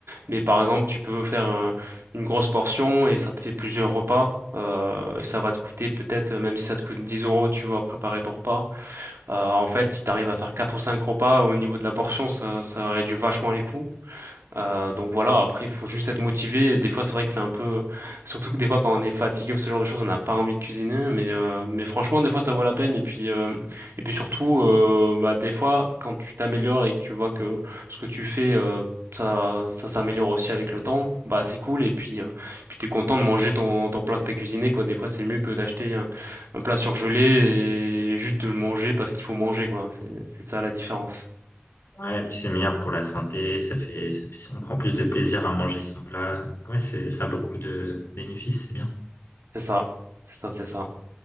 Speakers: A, on the right (about 75°); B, on the left (about 70°).
A: mais par exemple tu peux faire euh, une grosse portion et ça te fait plusieurs repas euh, et ça va te coûter peut-être euh, même si ça te coûte 10 euros, tu vois, préparer ton repas. euh, en fait, si tu arrives à faire 4 ou 5 repas au niveau de la portion, ça, ça réduit vachement les coûts euh, donc voilà, après, il faut juste être motivé. Et Des fois, c'est vrai que c'est un peu... Surtout que des fois, quand on est fatigué ou ce genre de choses, on n'a pas envie de cuisiner. Mais, euh, mais franchement, des fois, ça vaut la peine. Et puis, euh, et puis surtout, euh, bah, des fois, quand tu t'améliores et que tu vois que ce que tu fais, euh, ça, ça s'améliore aussi avec le temps, bah, c'est cool. Et puis, euh, puis tu es content de manger ton, ton plat que tu as cuisiné, quoi. Des fois, c'est mieux que d'acheter un, un plat surgelé et juste de le manger parce qu'il faut manger, quoi. C'est, c'est ça la différence.
B: Ouais, et puis c'est meilleur pour la santé, ça fait, ça on prend plus de plaisir à manger son plat. Ouais, c'est, ça a beaucoup de bénéfices, c'est bien.
A: C'est ça. C'est ça, c'est ça.